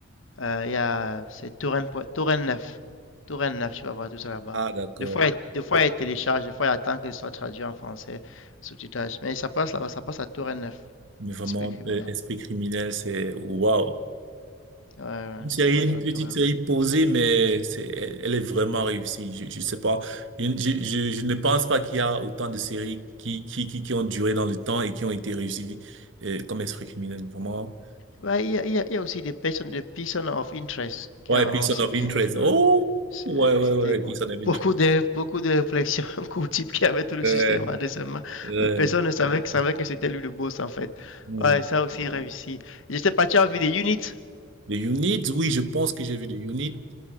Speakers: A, on the left; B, on the right.
A: Euh, il y a, c'est Torrent, point- Torrent 9. Torrent 9, tu vas voir tout ça là-bas.
B: ah, d'accord,
A: Des fois, il- des fois, il télécharge, des fois, il attend que ce soit traduit en français, sous-titrage. Mais ça passe là-bas, ça passe à Torrent 9.
B: mais vraiment,
A: Esprit criminel.
B: euh, esprit criminel, c'est waouh.
A: Ouais, ouais,
B: Une série,
A: ça passe
B: une
A: à
B: petite
A: Torrent
B: série
A: 9.
B: posée, mais c'est, elle, elle est vraiment réussie. Je, je sais pas. Je, je, je, je ne pense pas qu'il y a autant de séries qui, qui, qui, qui ont duré dans le temps et qui ont été réussies, euh, comme Esprit criminel, vraiment.
A: Ouais, il y a, il y a- il y a aussi des personnes, des personnes of interest qui
B: Ouais,
A: a vraiment
B: Person
A: aussi
B: of
A: bien
B: Interest.
A: duré.
B: Oh!
A: C'est-
B: Ouais, ouais,
A: C'était
B: ouais,
A: beaucoup,
B: Person of Interest.
A: beaucoup de, beaucoup de réflexions <laughs> qu'au type qui avait tout le
B: Euh,
A: système récemment.
B: euh,
A: Mais personne ne savait, que- savait que c'était lui le boss en fait.
B: hmm.
A: Ouais, ça aussi réussi. J'étais parti en vue des units.
B: The Unit, oui, je pense que j'ai vu The Unit.